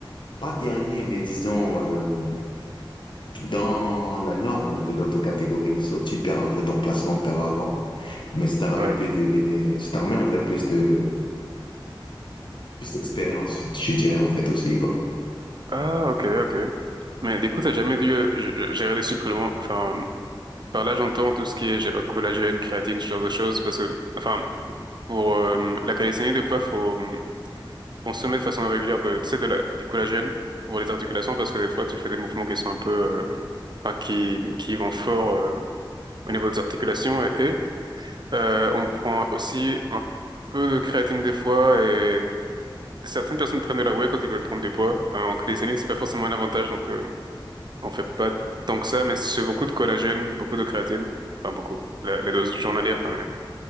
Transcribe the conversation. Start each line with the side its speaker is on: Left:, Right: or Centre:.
Left: pas dernier, mais disons... euh, dans la norme de l'autre catégorie. So, tu perds en fait ton classement que tu avais avant, mais ça te ramène
Right: ouais.
Left: plus de béné, ça te ramène en fait plus de plus d'expérience, je dirais en fait aussi quoi.
Right: Ah ok ok. Mais du coup t'as jamais dû euh, g- euh, gérer les suppléments. Enfin par là j'entends tout ce qui est je sais pas collagène, créatine, ce genre de choses parce que enfin pour euh, la calisthénie des fois faut consommer de façon régulière de, tu sais, de la, du collagène pour les articulations parce que des fois tu fais des mouvements qui sont un peu, euh, enfin, qui, qui vont fort euh, au niveau des articulations et, et, euh, on prend aussi un peu de créatine des fois et certaines personnes prennent de la whey quand ils veulent prendre du poids. Euh, en calisthenics, c'est pas forcément un avantage donc euh, on fait pas tant que ça mais c'est beaucoup de collagène, beaucoup de créatine, enfin beaucoup, la, la dose journalière quand même.